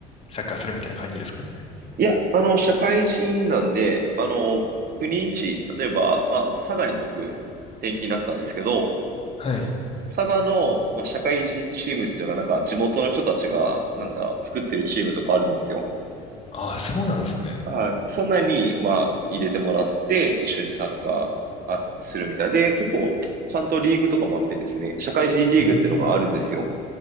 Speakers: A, on the left; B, on the right.
A: サッカーするみたいな感じですか
B: いや、あの、社会人なんで、あの、不妊地、例えば、まあ、佐賀に僕、転勤になったんですけど、
A: はい。
B: 佐賀の、まあ、社会人チームっていうのが、なんか地元の人たちが、なんだろう、作ってるチームとかあるんですよ。
A: あ、そうなんですね。
B: はい。そんなに、まあ、入れてもらって、一緒にサッカーあするみたいで、結構、ちゃんとリーグとかもあってですね、社会人リーグっていうのがあるんですよ。
A: うん。